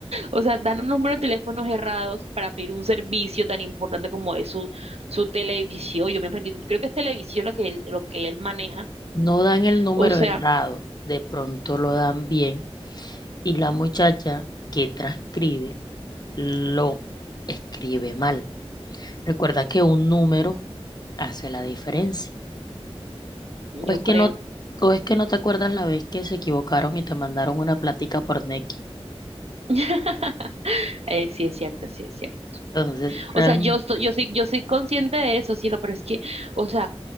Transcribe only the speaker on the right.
O sea, dan un número de teléfonos errados para pedir un servicio tan importante como es su, su televisión. Yo me imagino- creo que es televisión lo que él, lo que él maneja.
O sea,
yo
creo.
<laughs> Eh, sí es cierto, sí es cierto.
O sea, yo soy, yo soy, yo soy consciente de eso, sí, pero es que, o sea,